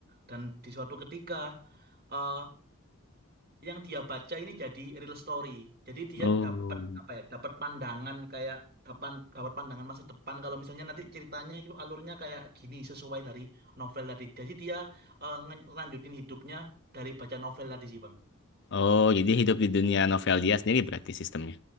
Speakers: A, on the right; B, on the left.
A: Dan di suatu ketika eh, yang dia baca ini jadi real story. Jadi dia
B: Oh.
A: dapat apa ya? Dapat pandangan kayak dapat dapat pandangan masa depan kalau misalnya nanti ceritanya itu alurnya kayak gini sesuai dari novel tadi. Jadi dia eh, nge- ngelanjutin hidupnya dari baca novel tadi sih, Bang.
B: Oh, jadi hidup di dunia novel dia sendiri berarti sistemnya.